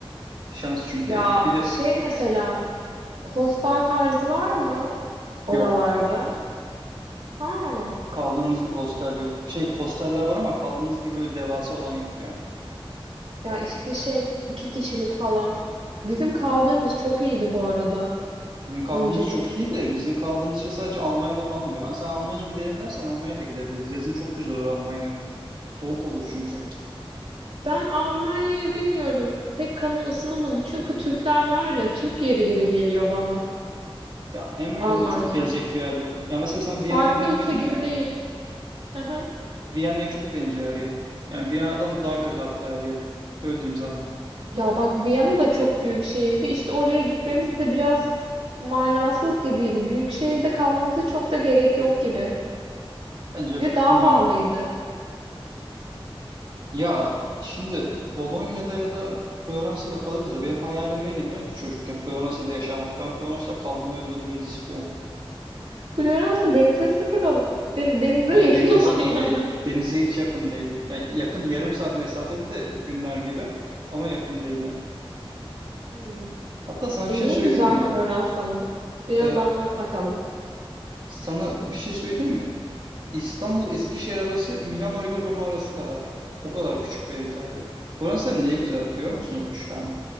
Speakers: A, on the right; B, on the right.
A: Şans çünkü
B: Ya
A: yani. Bir de
B: şey mesela Hostel tarzı var mı oralarda?
A: yok.
B: Ha.
A: Kaldığımız gibi hostel yok. Şey hosteller var ama kaldığımız gibi böyle devasa olan yok yani.
B: Ya işte şey iki kişilik falan. Bizim kaldığımız çok iyiydi bu arada
A: Bizim kaldığımız
B: önceki.
A: çok iyi de bizim kaldığımız şey sadece Almanya'da falan oluyor. Ha, sen Almanya'ya gidelim dersen Almanya'ya da gidebiliriz. Yazın çok güzel olur Almanya. Soğuk olur çünkü.
B: Ben Almanya'yı bilmiyorum. Pek kanım ısınamadı. Çünkü Türkler var ya Türk yeri gibi geliyor bana
A: Ya hem öyle
B: Almanya.
A: hem de çok gezecek bir yer yok. Ya mesela sen
B: Farklı
A: Viyana'yı beğenmedin
B: ülke gibi
A: ya.
B: değil. Aha.
A: Viyana'ya çok benziyor her yeri. Yani Viyana'dan daha kötü hatta her yeri. Öyle diyeyim sana.
B: Ya bak Viyana da çok büyük şehirdi. İşte oraya gitmemiz de biraz manasız gibiydi. Büyük şehirde kalmamıza çok da gerek yok gibi.
A: Bence
B: Bir de daha
A: bilmiyorum.
B: pahalıydı.
A: Ya şimdi Bolonya'da ya da Floransa'da kalırız da benim hayalim neydi biliyor musun çocukken? Floransa'da yaşamak. Ben Floransa'da kalmayı o yüzden biraz istiyorum.
B: Floransa denize sıfır ol den- denize
A: Hayır
B: yakın
A: denize
B: <laughs> olan
A: sıfır
B: yer.
A: değil. Denize hiç yakın değil. Ya yakın yarım saat mesafede de günler gibi ama yakın değil yani.
B: Hmm.
A: Hatta sana
B: E
A: bir şey
B: niye
A: söyleyeyim
B: güzel
A: mi?
B: Floransa'nın? Biraz
A: Ee,
B: anlat bakalım.
A: sana bir şey söyleyeyim mi? İstanbul Eskişehir arası Milano ile Roma arası kadar. O kadar küçük bir yer İtalya. Floransa'nın neyi güzel biliyor musunuz Büşra